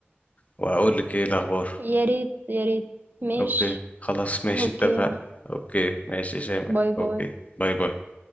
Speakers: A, on the left; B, on the right.
A: وهقول لك ايه الاخبار
B: يا ريت يا ريت ماشي
A: اوكي خلاص ماشي
B: اوكي
A: اتفق
B: يا عم.
A: اوكي ماشي يا شيماء
B: باي باي
A: اوكي باي باي